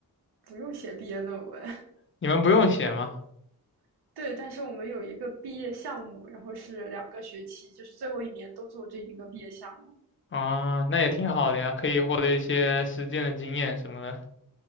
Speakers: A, on the right; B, on the left.
A: 不用写毕业论文，
B: 你们不用写吗？
A: <laughs> 对，但是我们有一个毕业项目，然后是两个学期，就是最后一年都做这一个毕业项目。
B: 啊，那也挺好的呀，可以获得一些实践的经验什么的。